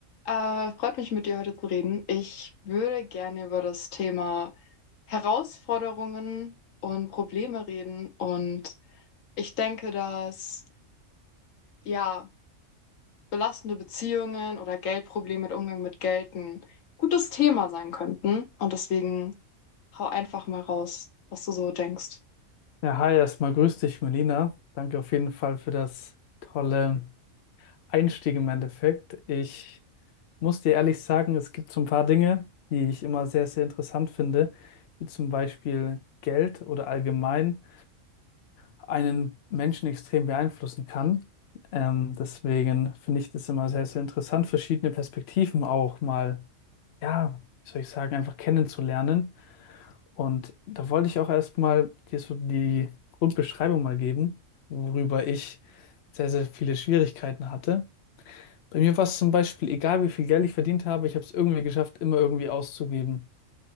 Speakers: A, on the left; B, on the left.
A: Äh, freut mich, mit dir heute zu reden. Ich würde gerne über das Thema Herausforderungen und Probleme reden. Und ich denke, dass ja, belastende Beziehungen oder Geldprobleme mit Umgang mit Geld ein gutes Thema sein könnten. Und deswegen hau einfach mal raus, was du so denkst.
B: Ja, hi, erstmal grüß dich, Melina. Danke auf jeden Fall für das tolle Einstieg im Endeffekt. Ich muss dir ehrlich sagen, es gibt so ein paar Dinge, die ich immer sehr, sehr interessant finde, wie zum Beispiel Geld oder allgemein einen Menschen extrem beeinflussen kann. Ähm, deswegen finde ich das immer sehr, sehr interessant, verschiedene Perspektiven auch mal, ja, wie soll ich sagen, einfach kennenzulernen. Und da wollte ich auch erstmal dir so die Grundbeschreibung mal geben, worüber ich sehr, sehr viele Schwierigkeiten hatte. Bei mir war es zum Beispiel, egal wie viel Geld ich verdient habe, ich habe es irgendwie geschafft, immer irgendwie auszugeben.